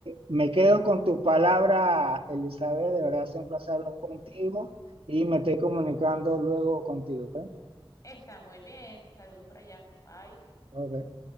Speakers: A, on the right (about 80°); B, on the left (about 35°).
A: me quedo con tus palabras, Elizabeth. De verdad, es un placer hablar contigo y me estoy comunicando luego contigo, ¿ok?
B: Está muy bien. Saludos por allá. Bye.
A: Ok.